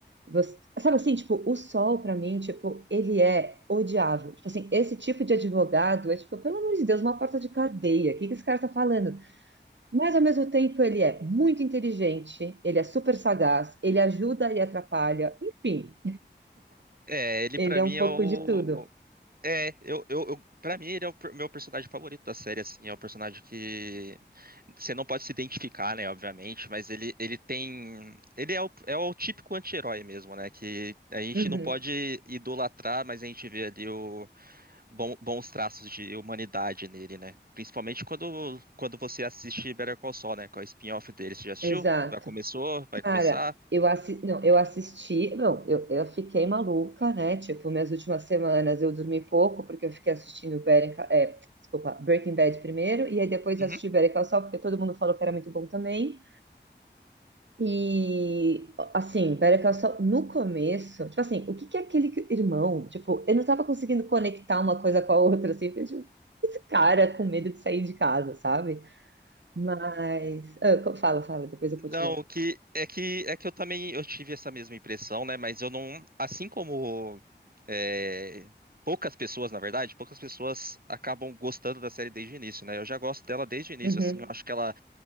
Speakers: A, on the right (about 75°); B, on the right (about 50°).
A: Você, sabe assim, tipo, o Sol, pra mim, tipo, ele é odiável. Tipo assim, esse tipo de advogado é, tipo, pelo amor de Deus, uma porta de cadeia. O que que esse cara tá falando? Mas ao mesmo tempo ele é muito inteligente, ele é super sagaz, ele ajuda e atrapalha, enfim,
B: É, ele
A: ele
B: pra
A: é
B: mim
A: um
B: é
A: pouco
B: o.
A: de tudo.
B: É, eu, eu, eu, pra mim ele é o per- meu personagem favorito da série, assim, é o personagem que você não pode se identificar, né, obviamente, mas ele, ele tem, ele é o, é o típico anti-herói mesmo, né, que a gente
A: Uhum,
B: não pode idolatrar, mas a gente vê ali o bom- bons traços de humanidade nele, né, principalmente quando, quando você assiste Better Call Saul, né, com a spin-off dele, você já assistiu?
A: exato.
B: Já começou? Vai
A: Cara,
B: começar?
A: eu assi... não, eu assisti, não, eu, eu fiquei maluca, né? Tipo, minhas últimas semanas eu dormi pouco porque eu fiquei assistindo Better Ca- é, desculpa, Breaking Bad primeiro e aí depois
B: Uhum.
A: eu assisti Better Call Saul porque todo mundo falou que era muito bom também. E, assim, pera que eu só. No começo, tipo assim, o que que é aquele que- irmão? Tipo, eu não tava conseguindo conectar uma coisa com a outra, assim, eu, tipo, esse cara com medo de sair de casa, sabe? Mas. ah, co- fala, fala, depois eu
B: Não,
A: continuo.
B: o que é que é que eu também eu tive essa mesma impressão, né? Mas eu não, assim como é, poucas pessoas, na verdade, poucas pessoas acabam gostando da série desde o início, né? Eu já gosto dela desde o início,
A: Uhum,
B: assim. Eu acho que ela,